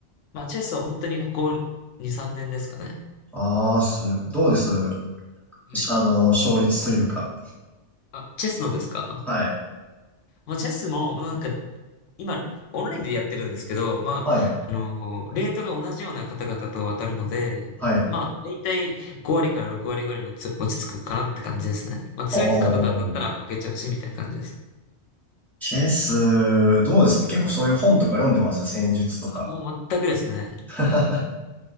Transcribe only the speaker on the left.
まあ、チェスは本当にここ2、3年ですかね。
はい。
あ、チェスのですか
まあ、チェスもなんか、今、オンラインでやってるんですけど、まあ、
あのーレートが同じような方々と渡るので、
まあ、だいたい5割から6割ぐらいに落ち落ち着くかなって感じですね。まあ、強い方と当たったら負けちゃうし、
みたいな感じです。
あ、もう全くですね。